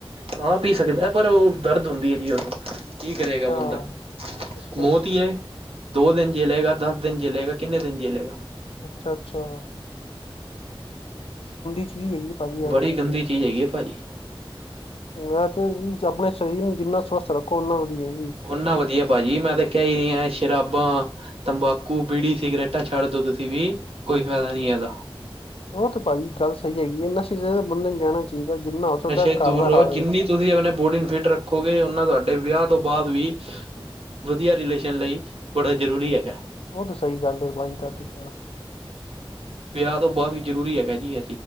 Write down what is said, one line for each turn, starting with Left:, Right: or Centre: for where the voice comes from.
Right: ਕਾਂ ਪੀ ਸਕਦਾ ਪਰ ਉਹ ਦਰਦ ਹੁੰਦੀ ਹੈ, ਜੀ ਉਹਨੂੰ ਕੀ ਕਰੇਗਾ
Left: ਅੱਛਾ
Right: ਬੰਦਾ। ਮ
Left: ਅੱਛਾ
Right: ਮੌਤ
Left: ਅੱਛਾ
Right: ਹੀ ਹੈ ਦੋ ਦਿਨ ਜਲੇਗਾ ਦਸ ਦਿਨ ਜਲੇਗਾ ਕਿੰਨੇ ਦਿਨ ਜੇਲੇਗਾ।
Left: ਅੱਛਾ-ਅੱਛਾ, ਚੀਜ਼ ਹੈਗੀ ਭਾਜੀ ਯਾਰ
Right: ਬੜੀ ਗੰਦੀ ਚੀਜ਼ ਹੈਗੀ ਹੈ ਭਾਜੀ।
Left: ਮੈਂ ਤੇ ਆਪਣੇ ਸਰੀਰ ਨੂੰ ਜਿੰਨਾ ਸਵਸਥ ਰੱਖੋ, ਓਨਾ ਵਧੀਆ ਜੀ।
Right: ਓਨਾ ਵਧੀਆ ਭਾਜੀ ਮੈਂ ਤਾਂ ਕਹਿ ਹੀ ਸ਼ਰਾਬਾਂ, ਤੰਬਾਕੂ ਬੀੜੀ ਸਿਗਰੇਟਾਂ ਛੱਡ ਦੋ ਤੁਸੀਂ ਵੀ ਕੋਈ ਫਾਇਦਾ ਨੀ ਇਹਦਾ
Left: ਉਹ ਤੇ ਭਾਜੀ ਗੱਲ ਸਹੀ ਹੈਗੀ ਹੈ ਨਸ਼ੇ ਚ ਬੰਦੇ ਨੂੰ ਜਾਣਾ ਚਾਹੀਦਾ ਜਿੰਨਾ ਹੋ ਸਕਦਾ
Right: ਨਸ਼ੇ
Left: ਘਰ
Right: ਦੂਰ
Left: ਦਾ
Right: ਰਹੋ
Left: ਖਾਵੇ
Right: ਜਿੰਨੀ ਤੁਸੀਂ ਆਪਣੇ ਬੋਡੀ ਨੂੰ ਫਿੱਟ ਰੱਖੋਗੇ, ਉਹਨਾਂ ਤੁਹਾਡੇ ਵਿਆਹ ਤੋਂ ਬਾਅਦ ਵੀ ਵਧੀਆ ਰਿਲੇਸ਼ਨ ਲਈ ਬੜਾ ਜ਼ਰੂਰੀ ਹੈਗਾ।
Left: ਉਹ ਤਾਂ ਸਹੀ ਗੱਲ ਹੈ ਭਾਜੀ ਤੁਹਾਡੀ ਕਹਿਣਾ
Right: ਵਿਆਹ ਤੋਂ ਬਾਅਦ ਵੀ ਜ਼ਰੂਰੀ ਹੈਗਾ ਜੀ ਇਹ